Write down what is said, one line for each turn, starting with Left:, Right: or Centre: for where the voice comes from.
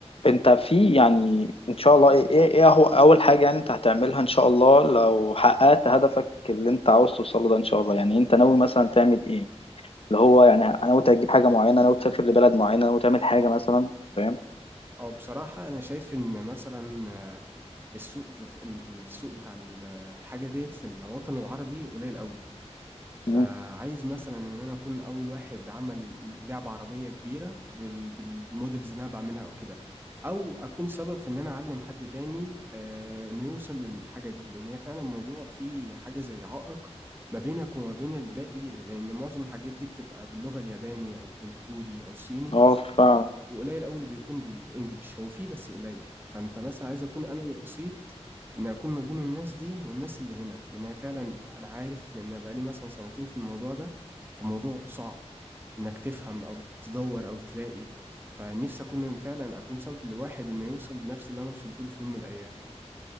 Left: انت في يعني ان شاء الله ايه ايه ايه هو اول حاجة يعني انت هتعملها ان شاء الله لو حققت هدفك اللي انت عاوز توصله ده ان شاء الله يعني انت ناوي مثلا تعمل ايه اللي هو يعني ناوي تجيب حاجة معينة ناوي تسافر لبلد معينة ناوي تعمل حاجة مثلا فاهم
Right: اه بصراحة أنا شايف إن مثلا السوق في في- ال- السوق بتاع ال- الحاجة ديت في الوطن العربي قليل قوي فعايز
Left: مم.
Right: مثلا ان انا اكون اول واحد عمل لعبه عربيه كبيره بال- بالمودلز اللي انا بعملها او كده او اكون سبب في ان انا اعلم حد تاني آه، انه يوصل للحاجه دي لان هي فعلا موضوع فيه حاجه زي عائق ما بينك وما بين الباقي لان معظم الحاجات دي بتبقى باللغه الياباني او بالكوري او الصيني
Left: اه فعلا
Right: وقليل قوي اللي بيكون بالانجلش هو فيه بس قليل فانت مثلا عايز اكون انا الوسيط ان اكون ما بين الناس دي والناس اللي هنا لان هي فعلا انا عارف لان بقالي مثلا سنتين في الموضوع ده فموضوع صعب انك تفهم او تدور او تلاقي فنفسي اكون أنا فعلا اكون سبب لواحد انه يوصل لنفس اللي انا وصلت له في يوم من الايام